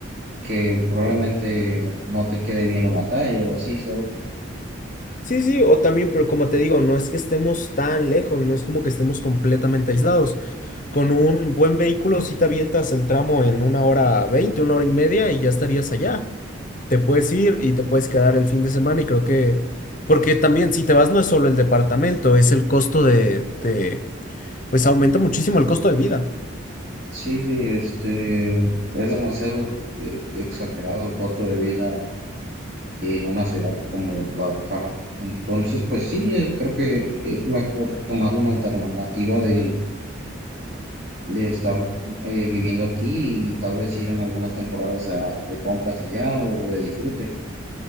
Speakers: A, on the right; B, on the left.
A: que probablemente no te quede bien una talla o así, ¿sabes?
B: Sí, sí, o también, pero como te digo, no es que estemos tan lejos, no es como que estemos completamente aislados. Con un buen vehículo, si te avientas el tramo en una hora veinte, una hora y media y ya estarías allá. Te puedes ir y te puedes quedar el fin de semana y creo que, porque también si te vas no es solo el departamento, es el costo de, de- pues aumenta muchísimo el costo de vida.
A: Sí, sí, este, es demasiado eh, exagerado el costo de vida en una ciudad como Guadalajara. Entonces, pues sí, eh, creo que es mejor tomar una alternativa de, de estar eh, viviendo aquí y tal vez ir en algunas temporadas a- de compras allá o de disfrute.